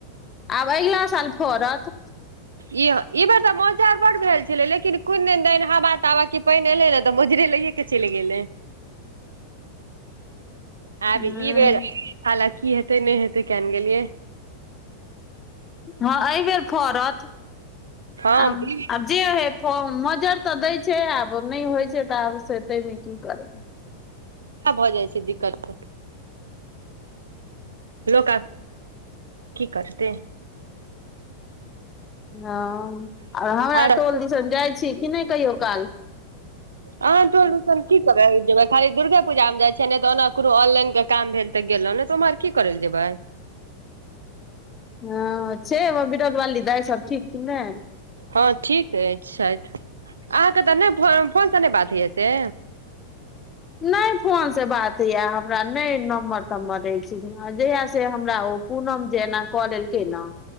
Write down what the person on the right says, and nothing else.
ईह ई बेर तऽ मोजा बड्ड भेल छले लेकिन कऽ हवा तावा के पान एले ने तऽ मोजरे लऽ चलि गेलै
आब ई बेर हाला की हेतै नहि हेतै कियाने गेलियै
हँ
ई
भऽ जाइ छै दिक्कत तऽ लोक आब की करतै
आर
आ हां टोल दीसन की करै ले जेबै खाली दुर्गे पूजा मे जाइ छियै नै तऽ ओना कोनो ऑनलाइन के काम भेल तऽ गेलहु ने तऽ उम्हर की कर लए जेबै
हाँ ठीक अछि चैल अहाँ के तऽ नै फोन सँ नै बात होइय से